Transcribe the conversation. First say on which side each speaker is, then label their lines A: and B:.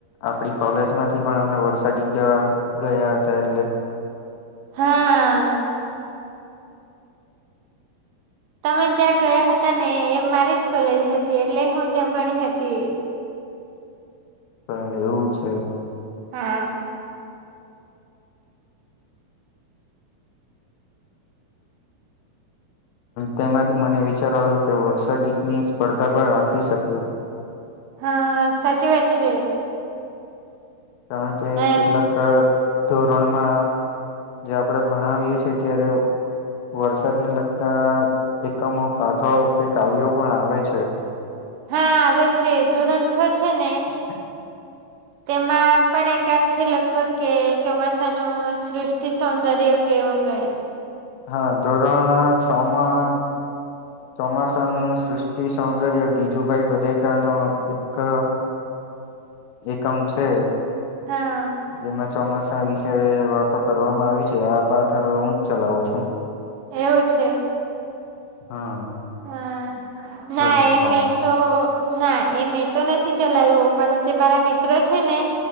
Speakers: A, on the left; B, on the right.
A: આપડી કોલેજમાંથી પણ અમે વર્ષાગીત ગવા ગયા હતા, એટલે
B: હા તમે જ્યાં ગયા હતા ને, એ મારી જ કોલેજ હતી, એટલે હું ત્યાં ભણી હતી.
A: તો, એવું છે.
B: હા
A: તેમાંથી મને વિચાર આવ્યો, કે વર્ષાગીતની સ્પર્ધા પણ રાખી શકાય.
B: હા, સાચી વાત છે.
A: કારણ કે,
B: એમ
A: કેટલાક ધોરણમાં જે આપણે ભણાવીએ છીએ, ત્યારે ઓ વરસાદને લગતા, એકમો પાઠો, કે કાવ્યો પણ આવે છે.
B: હા આવે છે, ધોરણ છ છેને
A: <inaudible>
B: તેમાં પણ એકાદ છે, લગભગ કે ચોમાસાનું સૃષ્ટિ સૌંદર્ય કે એવું કંઈ.
A: હા ધોરણ છમાં ચોમાસાનું સૃષ્ટિ સૌંદર્ય, ગીજુભાઈ બધેકાનું એક એકમ છે,
B: હા
A: જેમાં ચોમાસા વિશે વાતો કરવામાં આવી છે, આ પાઠ હું જ ચલાવું છું.
B: એવું છે.
A: હા.
B: હા, ના
A: ધોરણ
B: એ
A: છ
B: મેં
A: માં.
B: તો ના એ મેં તો નથી ચલાવ્યો, પણ જે મારા મિત્રો છે ને